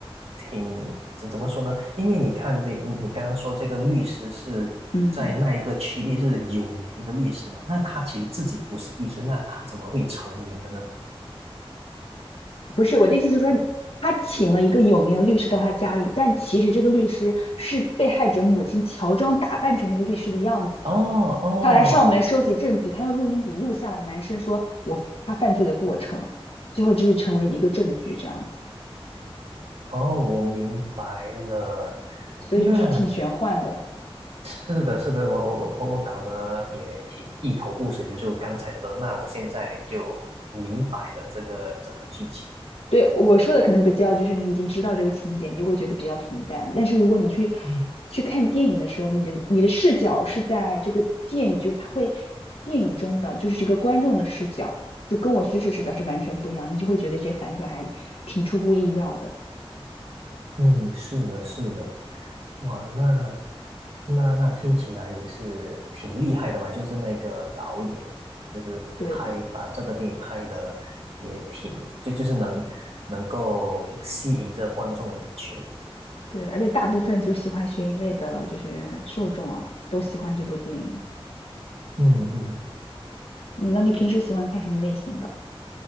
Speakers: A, on the right; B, on the left.
A: 挺怎怎么说呢？因为你看这你你刚刚说这个律师是在那一个区域是有名的律师嘛，
B: 嗯。
A: 那他其实自己不是律师，那他怎么会成名的呢？
B: 不是我的意思是说，他请了一个有名的律师到他家里，但其实这个律师是被害者母亲乔装打扮成那个律师的样子的。
A: 哦哦
B: 他来上门收集证据，他用录音笔录下了男生说我他犯罪的过程，最后就是成为一个证据这样子，
A: 哦，我明白了。
B: 所以就是挺玄幻的。
A: 那是的，是的，我我我我我搞得也挺一头雾水的，就刚才的时候，那我现在就明白了这个整个剧情。
B: 对，我说的可能比较就是你已经知道这个情节，你就会觉得比较平淡。但是如果你去
A: 嗯，
B: 去看电影的时候，你的你的视角是在这个电影，就是它会电影中的就是这个观众的视角，就跟我叙事视角是完全不一样的，你就会觉得这些反转还挺出乎意料的。
A: 嗯，是的，是的，哇，那那那听起来也是挺厉害的嘛，就是那个导演，就是拍把这个电影拍的也挺，
B: 对的，
A: 就就是能能够吸引这观众的眼球。
B: 对，而且大部分就喜欢悬疑类的，就是受众啊，都喜欢这部电影。
A: 嗯嗯
B: 你呢？你平时喜欢看什么类型的？